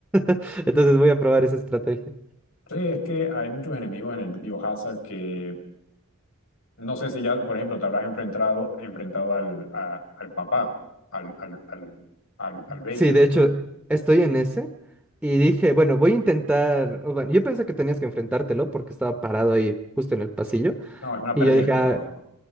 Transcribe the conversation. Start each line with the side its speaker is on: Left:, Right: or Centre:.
Centre: <laughs> Entonces voy a probar esa estrategia.
Left: Sí, es que hay muchos enemigos en el Biohazard que no sé si ya, por ejemplo, te habrás enfrentado, enfrentado al, a- al papá, al, al, al, al, al Baker.
Centre: Sí, de hecho, estoy en ese y dije, bueno, voy a intentar. o bueno, yo pensé que tenías que enfrentártelo porque estaba parado ahí justo en el pasillo.
Left: No, es una
Centre: Y
Left: pérdida
Centre: yo dije,
Left: de tiempo.
Centre: "Ah,